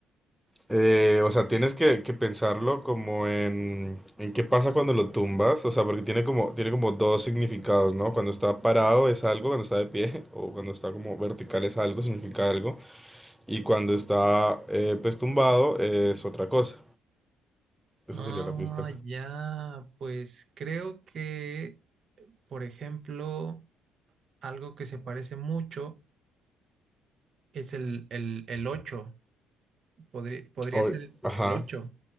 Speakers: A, in the centre; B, on the right (about 50°).
A: Eh, o sea, tienes que, que pensarlo como en, en qué pasa cuando lo tumbas, o sea, porque tiene como, tiene como dos significados, ¿no? Cuando está parado es algo, cuando está de pie, <laughs> o cuando está como vertical es algo, significa algo, y cuando está eh, pues tumbado es otra cosa. Esa
B: Ah,
A: sería la pista.
B: ya, pues creo que, por ejemplo, algo que se parece mucho. Es el, el, el ocho Podría, podría
A: Oy,
B: ser
A: ajá.
B: el ocho